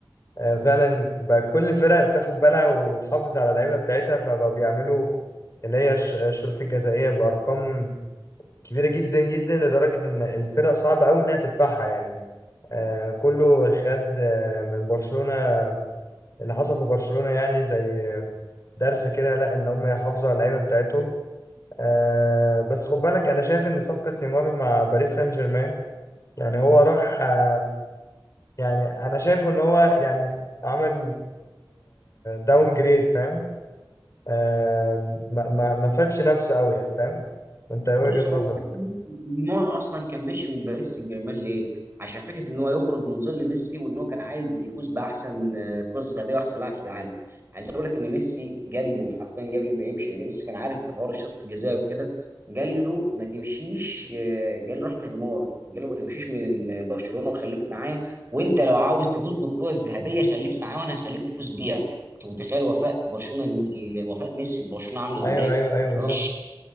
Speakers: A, on the left; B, on the right.
A: آه، فعلا بقى كل الفرق بتاخد بالها وتحافظ على اللعيبة بتاعتها فبقوا بيعملوا اللي هي الش- الشروط الجزائية بأرقام كبيرة جدا جدا لدرجة إن الفرق صعب أوي إنها تدفعها يعني آه، كله خد آه، من برشلونة اللي حصل في برشلونة يعني زي آه، درس كده لا إن هم يحافظوا على اللعيبة بتاعتهم آه، بس خد بالك أنا شايف إن صفقة نيمار مع باريس سان جيرمان يعني هو راح آه، يعني انا شايفه ان هو يعني عمل داون جريد فاهم آه، ما ما ما فادش نفسه قوي يعني فاهم انت إيه
B: بص
A: وجهة
B: هو
A: نظرك
B: فكرة نيمار اصلا كان ماشي من باريس سان جيرمان ليه؟ عشان فكره ان هو يخرج من ظل ميسي وان هو كان عايز يفوز باحسن آه، كره ذهبيه واحسن لاعب في العالم. عايز اقول لك ان ميسي قال له حرفيا قبل ما يمشي يعني ميسي كان عارف بحوار الشوط الجزائي وكده قال له ما تمشيش آه، قال له راح نيمار قال له ما تمشيش من برشلونه وخليك معايا وانت لو عاوز تفوز بالكره الذهبيه خليك معايا وانا هخليك تفوز بيها. انت متخيل وفاء برشلونه وفاء ميسي ببرشلونه عامل ازاي؟
A: ايوه ايوه ايوه
B: اللي
A: بالظبط
B: هو